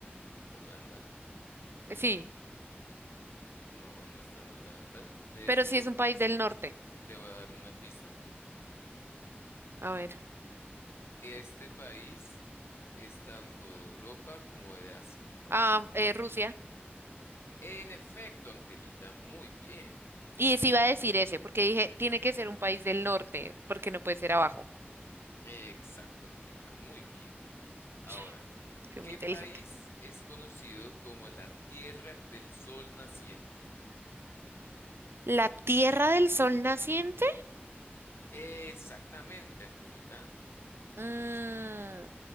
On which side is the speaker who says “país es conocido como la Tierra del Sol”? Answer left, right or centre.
Left